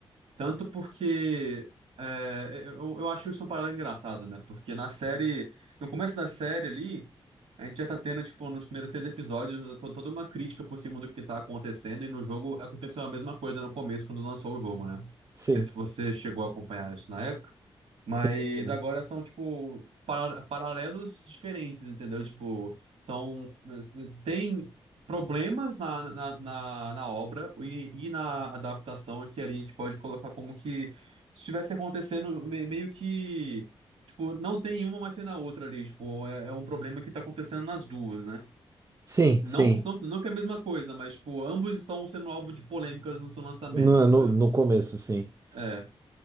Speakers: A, on the right; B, on the right.
A: Tanto porque é, eu, eu acho isso um paralelo engraçado, né? Porque na série, no começo da série ali, a gente já tá tendo, tipo, nos primeiros três episódios, to- toda uma crítica por cima do que tá acontecendo, e no jogo aconteceu a mesma coisa no começo, quando lançou o jogo, né? Não
B: Sim,
A: sei se você chegou a acompanhar isso na época. Mas
B: Sim, sim.
A: agora são, tipo, par- paralelos diferentes, entendeu? Tipo, são. Tem problemas na, na, na, na obra e, e na adaptação que ali a gente pode colocar como que estivesse acontecendo me- meio que. Tipo, não tem uma, mas tem na outra ali. Tipo, é, é um problema que tá acontecendo nas duas, né?
B: Sim,
A: Não,
B: sim.
A: não, não que é a mesma coisa, mas, tipo, ambos estão sendo alvo de polêmicas no seu lançamento,
B: No,
A: entendeu?
B: no, no começo, sim.
A: É,